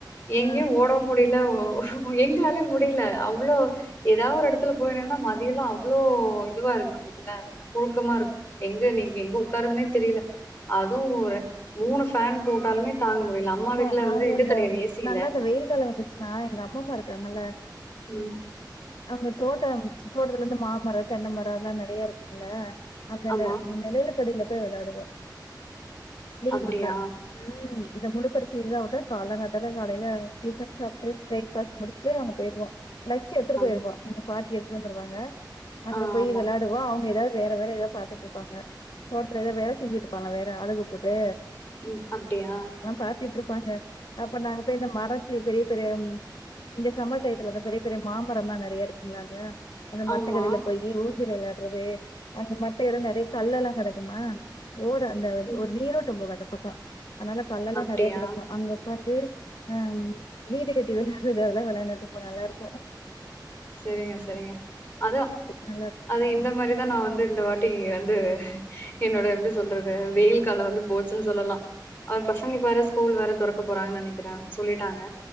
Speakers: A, on the left; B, on the left.
A: எங்கயு
B: ஆ
A: ஓடவு முடில ஓ எங்களாலயே முடில அவ்ளோ எதா ஒரு எடத்துல போய் நின்னா மதியெல்லா அவ்ளோ இதுவா இருக்கு நமக்குள்ள புழுக்கமா இருக்கு எங்க நீங்க எங்க உக்காரதுனே தெரில அதுவு ஒரு மூணு ஃபேன் போட்டாலுமே தாங்க முடியல அம்மா
B: ஆமா
A: வீட்ல
B: நாங்க
A: வந்து இது
B: இந்த
A: கெடையாது ஏசி
B: நாங்கெலாம்
A: இல்ல
B: அந்த வெயில் காலம் வந்துச்சுன்னா எங்க அம்மா அப்பா இருக்காங்கல்ல
A: ம்
B: அங்க தோட்டம் தோட்டத்துலேருந்து மாமரம் தென்னை மரம் அதெல்லாம் நிறையா இருக்குல அந்த
A: ஆமா
B: நிழலுக்கடியில போய் விளையாடுவோம் வில்
A: அப்டியா
B: விட்டா ம் முழு பரிச்சை இருந்தா விட்ட காலம் காலத்தில காலையில டிஃபன் சாப்பிட்டு பிரேக் பிரேக்ஃபாஸ்ட் முடிச்சுட்டு அங்க போயிடுவம் லஞ்ச் எடுத்துட்டு
A: அப்டி
B: போயிடுவோம் எங்க பாட்டி எடுத்துட்டு வந்துருவாங்க
A: ஆ
B: அங்க போய்
A: ஆமா
B: விளையாடுவோம் அவங்க ஏதாவது வேற வேலை ஏதாவது பார்த்துட்டு இருப்பாங்க தோட்டத்துல ஏதோ வேலை செஞ்சுட்டு இருப்பாங்க வேற ஆளுக போட்டு
A: உம் அப்படியா
B: காத்துட்டு இருப்பாங்க அப்ப நாங்க போய் இந்த மரத்து பெரிய பெரிய இந்த சம்மர் டையத்துல பெரிய பெரிய மாமரம் எல்லாம் நிறைய இருக்கும் இல்ல அங்க அந்த
A: ஆமா
B: மரத்துக்கடியில ‌போயி ஊ ஊஞ்சல் விளையாடுறது அங்க மரத்து இடம் நிறைய கல்லு எல்லாம் கிடக்குமா ஓட அந்த
A: ம்
B: ஒரு நீரோட்டும் போகது பக்கா அதனால கல் எல்லாம்
A: அப்டியா
B: நிறைய கிடக்கும் அங்க வந்து அஹ் வீடு கட்டி விளையாடுறது அதெல்லாம் விளையாண்டுட்டு இருப்போம் நல்லா இருக்கும்
A: சரிங்க சரிங்க அதான்
B: நல்லாருக்கும்.
A: அத இந்த மாதிரிதான் நான் வந்து இந்த வா டி வந்து என்னோட எப்படி சொல்றது வெயில் காலம் வந்து போச்சுன்னு சொல்லலாம் அவ பசங்களுக்கு வேற ஸ்கூல் வேற துறக்க போறாங்கன்னு நினைக்கிறேன் சொல்லிட்டாங்க